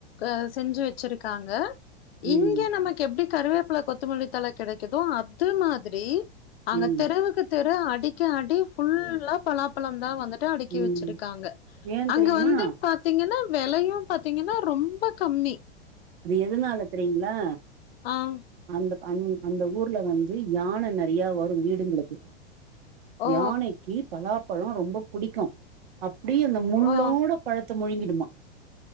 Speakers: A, on the left; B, on the right.
A: அ செஞ்சு வச் வச்சிருக்காங்க
B: ம்
A: இங்க நமக்கு எப்டி கருவேப்பழ கொத் த்துமல்லி தல கெடைக்குதோ அது மாதிரி அங்க
B: ம்
A: தெருவுக்கு தெர் ர அடிக்க அடி ஃபுல்லா பலாப்பழதா வந்துட் ட்டு அடுக்கி
B: ம்
A: வச்சிருக்காங்க
B: ஏன்
A: அங்க
B: தெரியுமா
A: வந்து பாத்தீங்கன்னா வெலயு பாத்தீங்கன்னா ரொம்ப கம்மி
B: அது எதுனால தெரியுங்ளா
A: ஆஹ்
B: அந்த அந் அந்த ஊர்ல வந்து யான நெறயா வரு வீடுங்களுக்கு
A: ஓ
B: யானைக்கு பலாப் பழ ரொம்ப புடிக்கு அப்டி அந்த முள்ளோட
A: ஓ
B: பல்த் த்த முழுங்கிடுமா